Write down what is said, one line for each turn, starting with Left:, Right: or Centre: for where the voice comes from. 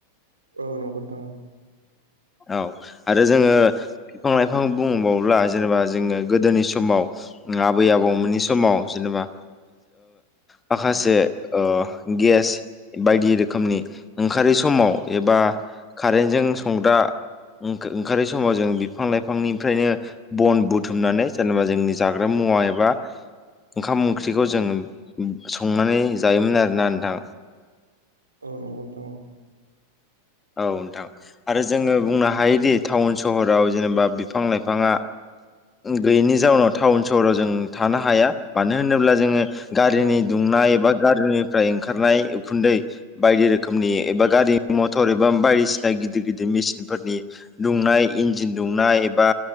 Right: औ नंगौ नोंथां औ
Left: औ आरो जोङो बिफां लाइफां बुंबाव्ला जेनेबा जोङो गोदोनि समाव आबै आबौमोननि समाव जेनेबा माखासे ओ गि गेस बायदि रोखोमनि ओंखारै समाव एबा कारेन्टजों संग्रा ओंखारै समाव जों बिफां लाइफांनिफ्रायनो बन बुथुमनानै जेनेबा जोंनि जाग्रा मुवा एबा ओंखाम ओंख्रिखौ जों संनानै जायोमोन आरोना नोंथां।
Right: औ नंगौ नोंथां औ
Left: औ नोंथां आरो जोङो बुंनो हायोदि टाउन सहराव जेनेबा बिफां लाइफाङा गैयैनि जाउनाव टाउन सहराव जों थानो हाया। मानो होनोब्ला जोङो गारिनि
Right: औ
Left: दुंनाय एबा गारिनिफ्राय ओंखारनाय उखुन्दै बायदि रोखोमनि एबा गारि म थर एबा बायदिसिना गिदिर गिदिर मेसिनफोरनि दुंनाय इन्जिन दुंनाय एबा